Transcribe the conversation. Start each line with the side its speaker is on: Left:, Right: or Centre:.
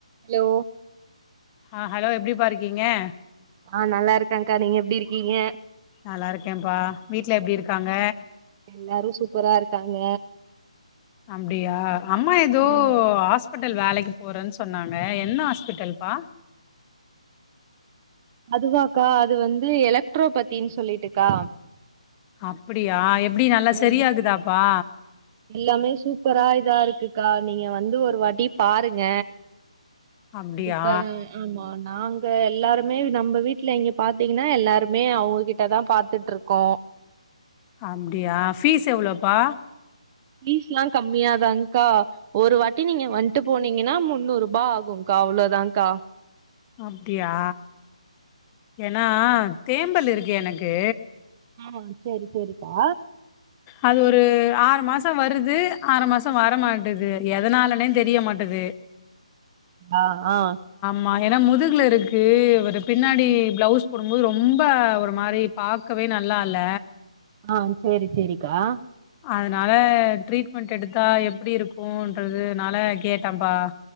Right: Hello
Left: ஆ hello எப்டிபா இருக்கீங்கே
Right: ஆ நல்லா இருக்கங்கா நீங்க எப்டி இருக்கீங்கே
Left: நல்லா இருக்கேன்ப்பா வீட்ல எப்டி இருக்காங்க.
Right: எல்லாரு சூப்பரா இருக்காங்க
Left: அப்டியா அம்மா ஏதோ
Right: ம்
Left: ஹாஸ் பிட்டல் வேலைக்கி போறன்னு சொன்னாங்க என்ன ஹாஸ்பிட்டல்பா
Right: அதுவாக்கா அது வந்து எலக்ட்ரோபதினு சொல்லிட்டுக்கா
Left: அப்டியா எப் ப்டி நல்லா
Right: ம்
Left: சரியாகுதாப்பா
Right: எல்லாமே சூப்பரா இதா இருக்குக்கா நீங்க வந்து ஒரு வாட்டி பாருங்க.
Left: அப்டியா
Right: இப்ப ம், ஆமா நாங்க எல்லாருமே நம்ம வீட்ல இங்க பாத்தீங்கனா எல்லாருமே அவங்ககிட்டதா பாத்துட்டு இருக்கோ
Left: அப்டியா ஃபீஸ் எவ்ளோப்பா
Right: பீஸ்லா கம்மியாதாங்க்கா ஒரு வாட்டி நீங்க வன்ட்டு போனீங்கன்னா முன்னூறு ரூபா ஆகுக்கா அவ்ளோதாக்கா
Left: அப்டியா ஏன்னா தேம்பல் இருக் எனக்கு
Right: ஆ, சேரி சேரிக்கா
Left: அது ஒரு ஆறு மாச வருது ஆறு மாசோ வரமாட்டது எதனாலன்னே தெரிய மாட்டது
Right: அ, ஆ
Left: மா ஏன்னா முதுகுல இருக்கு பின்னாடி பிளவுஸ் போடும்போது ரொம்ப ஒரு மாரி பாக்கவே நல்லா இல்ல
Right: ஆ செரி செரிக்கா
Left: அதனால ட்ரீட்மெண்ட் எடுத்தா எப்பிடி இருக்குங்கறதுனால கேட்டன் பா